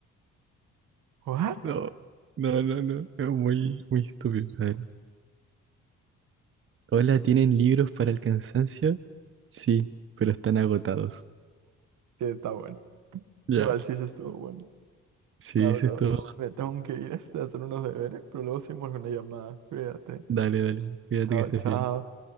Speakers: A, on the right (about 75°); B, on the right (about 45°).
A: ¿What?
B: No, no, no, no. Es muy, muy estúpido. A ver. Hola, ¿tienen libros para el cansancio? Sí, pero están agotados.
A: Sí, está bueno.
B: Ya.
A: Igual sí, sí estuvo bueno.
B: Sí,
A: Ah,
B: eso
A: bro.
B: es todo.
A: Me tengo que ir a hacer unos deberes, pero luego seguimos con la llamada. Cuídate.
B: Dale, dale. Cuídate
A: Chao,
B: que estés
A: chao.
B: bien.